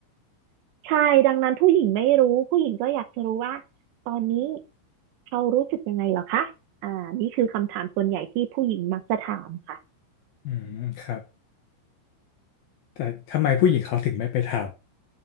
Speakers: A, on the right (about 75°); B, on the left (about 70°).
A: ใช่ดังนั้นผู้หญิงไม่รู้ผู้หญิงก็อยากจะรู้ว่าตอนนี้เขารู้สึกยังไงเหรอคะอ่านี่คือคำถามส่วนใหญ่ที่ผู้หญิงมักจะถามค่ะ
B: <laughs> อืมครับแต่ทำไมผู้หญิงเขาถึงไม่ไปท